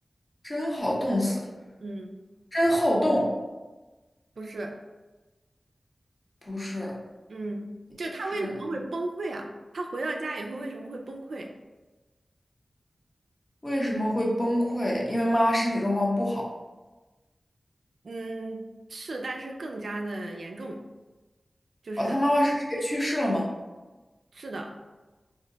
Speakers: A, on the left (about 35°); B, on the right (about 80°).
A: 真好动词，
B: 嗯，
A: 真好动，
B: 不是，
A: 不是
B: 嗯，
A: 不是，
B: 就他为什么会崩溃啊？他回到家以后为什么会崩溃？
A: 为什么会崩溃？因为妈妈身体状况不好。
B: 嗯，是，但是更加的严重，就是
A: 哦，她妈妈是直接去世了吗？
B: 是的，